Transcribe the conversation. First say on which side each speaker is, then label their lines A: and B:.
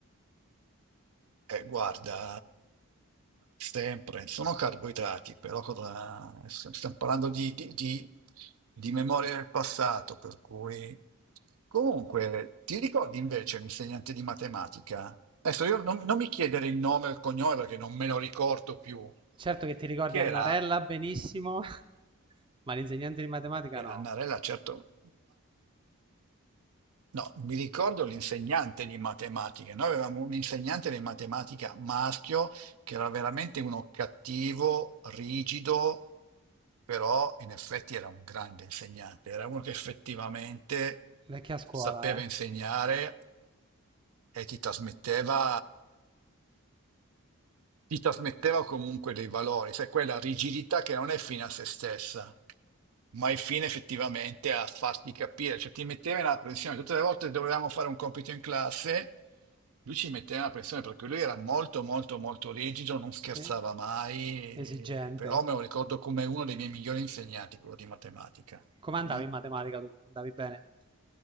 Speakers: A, on the right (about 80°); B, on the right (about 20°).
A: Eh, guarda, sempre, sono carboidrati, però cosa, st- stiamo parlando di, di, di- di memoria del passato, per cui... Comunque, ti ricordi invece l'insegnante di matematica? Adesso io non, non mi chiedere il nome o il cognome perché non me lo ricordo più,
B: Certo che ti ricordi
A: che
B: Annarella
A: era
B: benissimo, <laughs> ma l'insegnante di matematica
A: eh,
B: no.
A: Annarella, certo, No, mi ricordo l'insegnante di matematica. Noi avevamo un insegnante di matematica maschio che era veramente uno cattivo, rigido, però in effetti era un grande insegnante. Era uno che effettivamente
B: Vecchia scuola,
A: sapeva insegnare e ti trasmetteva, ti trasmetteva comunque dei valori, sai, quella rigidità che non è fine a se stessa ma il fine effettivamente è a farti capire, cioè ti metteva in apprensione. Tutte le volte che dovevamo fare un compito in classe, lui ci metteva in apprensione perché lui era molto, molto, molto rigido, non scherzava
B: eh? Eh,
A: mai,
B: Esigente.
A: eh, però me lo ricordo come uno dei miei migliori insegnanti, quello di matematica.
B: Come andavi
A: Mm?
B: in matematica tu? Andavi bene?